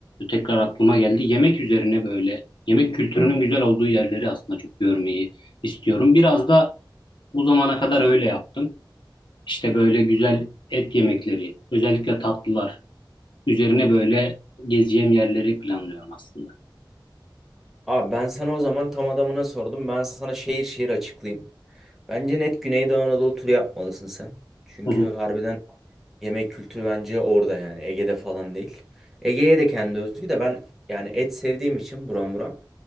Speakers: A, on the left (about 70°); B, in the centre.
A: tekrar aklıma geldi. Yemek üzerine böyle yemek kültürünün güzel olduğu yerleri aslında çok görmeyi istiyorum. Biraz da bu zamana kadar öyle yaptım. İşte böyle güzel et yemekleri, özellikle tatlılar üzerine böyle gezeceğim yerleri planlıyorum aslında.
B: Abi ben sana o zaman tam adamına sordum. Ben sana şehir şehir açıklayayım. Bence net Güneydoğu Anadolu turu yapmalısın sen. Çünkü
A: Hı hı,
B: harbiden yemek kültürü bence orada yani Ege'de falan değil. Ege'ye de kendi özgü de ben yani et sevdiğim için buram buram